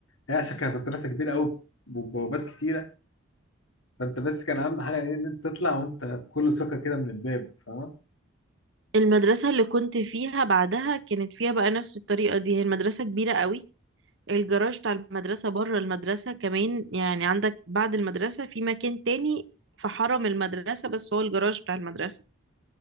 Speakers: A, on the left (about 80°); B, on the right (about 65°).
A: هي عشان كانت مدرسة كبيرة أوي وبوابات كتيرة فأنت بس كان أهم حاجة إيه إن أنت تطلع وأنت بكل ثقة كده من الباب فاهم؟
B: المدرسة اللي كنت فيها بعدها كانت فيها بقى نفس الطريقة دي هي المدرسة كبيرة قوي الجراج بتاع المدرسة بره المدرسة كمان يعني عندك بعد المدرسة في مكان تاني في حرم المدرسة بس هو الجراج بتاع المدرسة